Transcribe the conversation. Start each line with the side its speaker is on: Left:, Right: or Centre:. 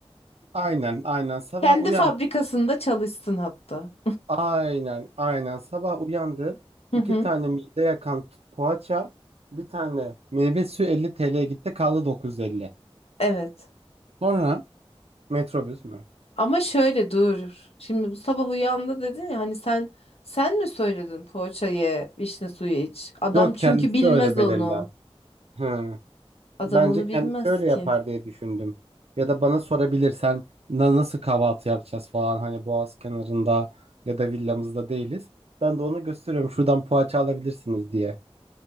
Right: Aynen aynen sabah
Left: Kendi
Right: uyandı.
Left: fabrikasında çalışsın hatta.
Right: Aynen aynen sabah uyandı.
Left: Hı
Right: İki
Left: hı.
Right: tane mide yakan poğaça. Bir tane meyve suyu 50 TL'ye gitti kaldı 950.
Left: Evet.
Right: Sonra metrobüs mü?
Left: Ama şöyle dur. Şimdi bu sabah uyandı dedin ya hani sen sen mi söyledin poğaça ye, vişne suyu iç? Adam
Right: Yok
Left: çünkü
Right: kendisi
Left: bilmez
Right: öyle belirler.
Left: onu.
Right: Hı.
Left: Adam
Right: Bence
Left: onu
Right: kendisi
Left: bilmez
Right: öyle
Left: ki.
Right: yapar diye düşündüm. Ya da bana sorabilirsen "Na- nasıl kahvaltı yapacağız falan hani Boğaz kenarında ya da villamızda değiliz. Ben de ona gösteriyorum şuradan poğaça alabilirsiniz diye.